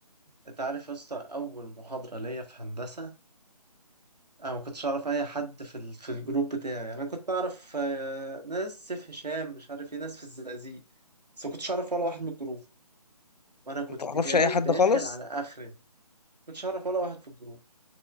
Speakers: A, on the right (about 85°); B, on the left (about 80°).
A: انت عارف يا اسطى اول محاضره ليا في هندسه انا ما كنتش اعرف اي حد في ال- في الجروب بتاعي انا كنت اعرف آه، ناس سيف هشام مش عارف ايه ناس في الزقازيق بس ما كنتش اعرف ولا واحد من الجروب وانا كنت
B: ما تعرفش
A: جاي
B: اي حد
A: داخل
B: خالص
A: على اخري ما كنتش اعرف ولا واحد في الجروب